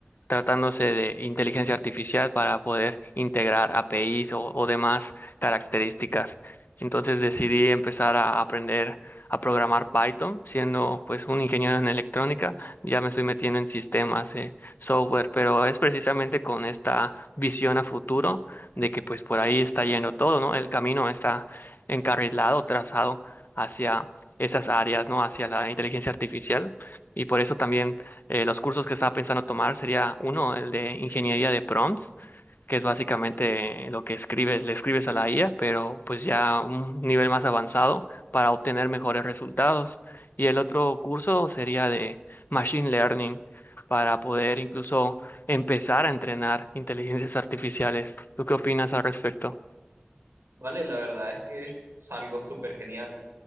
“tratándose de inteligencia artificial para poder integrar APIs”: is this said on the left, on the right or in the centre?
Left